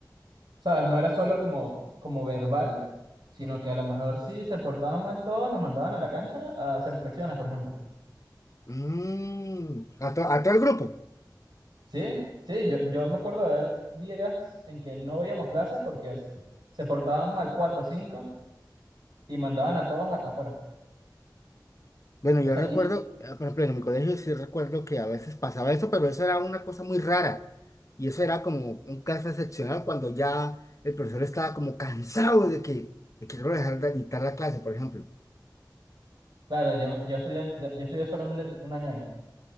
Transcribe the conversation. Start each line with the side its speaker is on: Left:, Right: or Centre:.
Right: ¿Sabes? No era solo como, como verbal, sino que a lo mejor si se portaban mal todos, los mandaban a la cancha a hacer flexiones, por ejemplo.
Left: Mm, ¿a, to- a todo el grupo?
Right: Sí, sí, yo, yo me acuerdo de haber días en que no veíamos clases porque es- se portaban mal cuatro o cinco y mandaban a todos a- afuera.
Left: Bueno,
Right: O
Left: yo
Right: sea,
Left: recuerdo,
Right: y
Left: eh, por ejemplo, en mi colegio sí recuerdo que a veces pasaba eso, pero eso era una cosa muy rara. Y eso era como un caso excepcional cuando ya el profesor estaba como cansado de que, de que no dejar de dictar la clase, por ejemplo.
Right: claro, yo, yo estudié, en- yo estudié solo un, le- un año ahí.